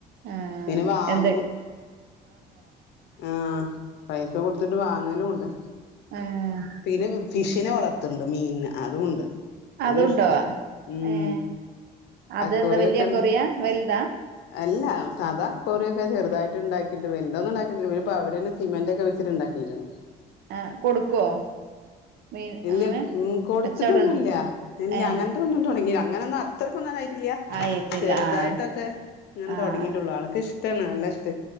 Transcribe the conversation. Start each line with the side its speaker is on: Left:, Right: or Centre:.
Right: ആഹ്
Left: പിന്നെ വാങ്ങും
Right: എന്ത്
Left: ആഹ് പൈസ കൊടുത്തിട്ട് വാങ്ങലും ഉണ്ട്
Right: ഏഹ്.
Left: പിന്നെ ഫിഷിനെ വളർത്തണ്ട് മീൻന്നെ അതുണ്ട്
Right: അതുണ്ടോ
Left: അതുഷ്ട ഉം
Right: ഏഹ് അതെന്താ
Left: അക്കോറിയക്കെണ്ട്
Right: വല്യ കൊറിയ വലുതാ
Left: അല്ല സദാ അക്കോറിയാക്കെ ചെറുതായിട്ട് ഉണ്ടാക്കിയിട്ട് വലുതൊന്നും ഉണ്ടാക്കിട്ടില്ല പിന്നെ ഇപ്പോ അവര്തന്നെ സിമെന്റ് ഒക്കെവെച്ചിട്ട് ഉണ്ടാക്കീക്കന്
Right: ആഹ് കൊടുക്കോ? മീൻ
Left: ഇല്ല
Right: അങ്ങനെ
Left: ഉം കൊടുത്തിട്ടൊന്നുംല്ല
Right: കച്ചോടണ്ടോ
Left: ഇല്ല
Right: ഏഹ്
Left: അങ്ങനതതൊന്നും തുടങ്ങില്ല അങ്ങനൊന്ന ഇത്രക്കൊന്നു ആയിട്ടില്ല
Right: ആയിട്ടില്ല
Left: ചെറുതായിട്ടൊക്കെ
Right: ആഹ്
Left: ഇങ്ങനെ
Right: ആഹ് ആഹ്
Left: തുടങ്ങിയിട്ടുള്ളു ആൾക്ക് ഇഷ് ഇഷ്ടണ് നല്ല ഇഷ്ടേ